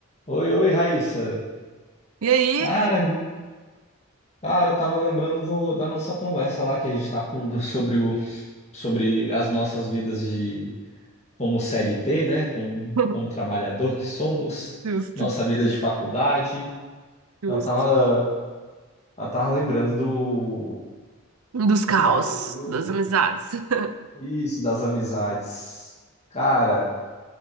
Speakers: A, on the left; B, on the right.
A: Oi, oi, Raíssa.
B: E aí?
A: Cara, cara, tava lembrando do- da nossa conversa lá que a gente tava falando sobre o, sobre as nossas vidas de como CLT, né? Como,
B: <laughs>
A: como trabalhador que somos,
B: Justo,
A: nossa vida de faculdade.
B: justo.
A: Eu tava, eu tava lembrando do.
B: Dos caos,
A: Tem um amigo meu,
B: das amizades. <laughs>
A: isso, das amizades. Cara,